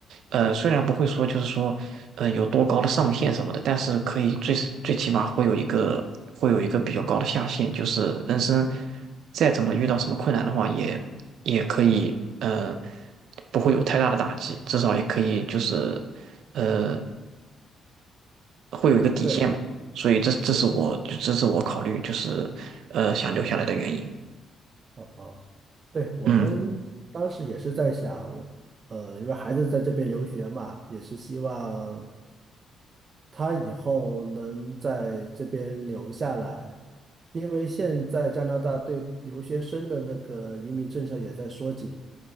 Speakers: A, on the right (about 75°); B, on the right (about 40°).
A: 呃，虽然不会说就是说，呃，有多高的上限什么的，但是可以最最起码会有一个会有一个比较高的下限，就是人生再怎么遇到什么困难的话，也也可以呃不会有太大的打击，至少也可以就是呃会有一个底线吧。
B: 对，
A: 所以这这是我就这是我考虑就是呃想留下来的原因。
B: 是的，啊，对，我们当时也是在想，
A: 嗯，
B: 呃，因为孩子在这边留学嘛，也是希望他以后能在这边留下来，因为现在加拿大对留学生的那个移民政策也在缩紧。